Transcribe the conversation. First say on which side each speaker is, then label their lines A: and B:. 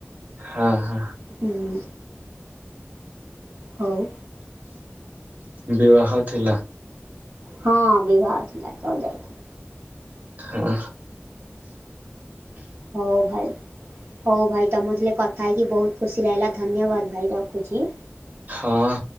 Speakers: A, on the right (about 40°); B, on the right (about 70°).
A: ହଁ ହଁ।
B: ହୁଁ। ହଉ
A: ବିବାହ ଥିଲା‌?
B: ହଁ ବିିବାହ ଥିଲାତ ଯାଇଥି
A: ହୁଁ।
B: ହଉ ଭାଇ। ହଉ ଭାଇ ତମ ଜିଏ କଥା ହେଇକି ବହୁତ୍ ଖୁସି ଲାଗିଲା ଧନ୍ୟବାଦ୍ ଭାଇ ରଖୁଛି।
A: ହଁ।